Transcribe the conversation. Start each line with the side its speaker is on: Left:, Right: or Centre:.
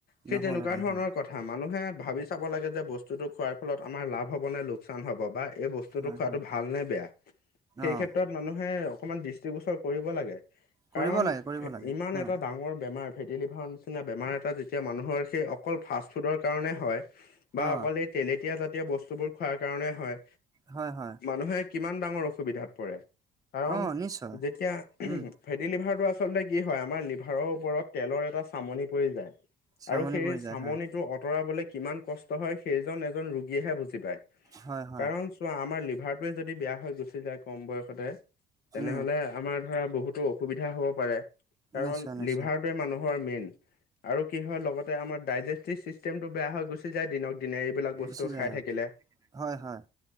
Left: সেই
Right: নহ'লহেঁতেন
Left: তেনেকুৱা ধৰণৰ
Right: হয়
Left: কথা মানুহে ভাবি চাব লাগে যে বস্তুতটো খোৱাৰ ফলত আমাৰ লাভ হব নে লোকচান হ'ব বা এই বস্তু বস্তুটো
Right: হয়
Left: খোৱাটো
Right: হয়
Left: ভাল নে বেয়া সেই
Right: অঁ
Left: ক্ষেত্ৰত মানুহে অকমান দৃষ্টিগোচৰ কৰিব লাগে
Right: কৰিব
Left: কাৰণ
Right: লাগে কৰিব লাগে
Left: ইমান
Right: অঁ
Left: এটা ডাঙৰ বেমাৰ ফেটিলিভাৰ নিচিনা বেমাৰ এটা যেতিয়া মানুহৰ সেই অকল ফাষ্ট ফুডৰ কাৰণে হয় বা
Right: অঁ
Left: অকলে তেলেতীয়া জাতীয় বস্তুবোৰ খোৱাৰ কাৰণে হয়।
Right: হয় হয়
Left: মানুহে কিমান ডাঙৰ অসুবিধাত পৰে কাৰণ
Right: অঁ নিশ্চয়
Left: যেতিয়া
Right: উম
Left: ফেটি লিভাৰ টো আচলতে কি হয় আমাৰ লিভাৰৰ ওপৰত তেলৰ এটা চামনি পৰি যায়
Right: চামনি
Left: আৰু সেই
Right: পৰি যায়
Left: চামনিটো
Right: হয়
Left: আঁতৰাবলৈ কিমান কষ্ট হয় সেইজন এজন ৰোগীয়েহে বুজি পায়
Right: হয় হয়
Left: কাৰণ আমাৰ লিভাৰটয়ে যদি বেয়া হৈ গুচি যায় কম বয়সতে তেনেহলে
Right: উম
Left: আমাৰ ধৰা বহুতো অসুবিধা হ'ব পাৰে কাৰণ
Right: নিশ্চয় নিশ্চয়
Left: লিভাৰটোৱে মানুহৰ মেইন আৰু কি হয় লগতে আমাৰ ডাইজেষ্টিভ চিষ্টেমটো বেয়া হৈ গুচি যায় দিনক দিনে এইবিলাক বস্তু
Right: গুচি যায়
Left: খাই
Right: অঁ
Left: থাকিলে
Right: হয় হয়।